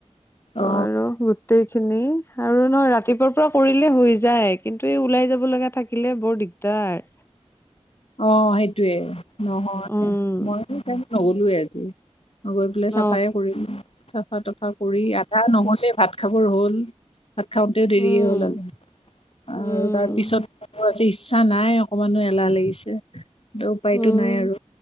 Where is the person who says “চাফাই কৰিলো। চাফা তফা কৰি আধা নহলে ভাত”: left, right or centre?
Left